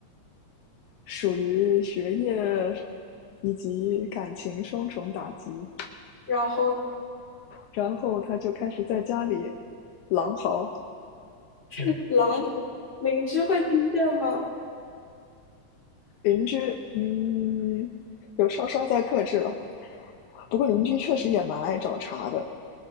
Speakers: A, on the left; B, on the left.
A: 属于学业以及感情双重打击。
B: 然后呢
A: 然后他就开始在家里狼嚎，
B: 是狼邻居会听见吗？
A: 邻居嗯有稍稍在克制了，不过邻居确实也蛮爱找茬的，